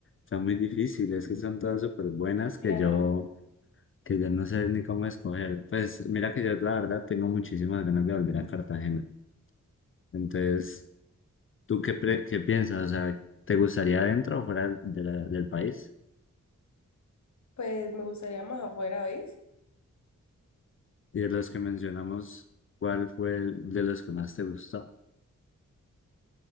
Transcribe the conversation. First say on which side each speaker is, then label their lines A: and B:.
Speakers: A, on the left (about 40°); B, on the left (about 60°).
A: Son muy difíciles, que son todas súper buenas que
B: Claro.
A: yo, que yo no sé ni cómo escoger. Pues mira que yo la verdad tengo muchísimas ganas de volver a Cartagena. Entonces, ¿tú qué, pre- qué piensas? O sea, ¿te gustaría dentro o fuera de la- del país?
B: Pues me gustaría más afuera, ¿ves?
A: Y de los que mencionamos, ¿cuál fue el de los que más te gustó?